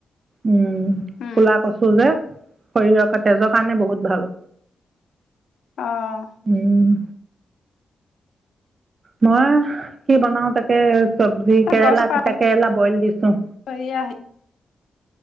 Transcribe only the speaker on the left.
উম,
অঁ।
গছজোপা
সেয়া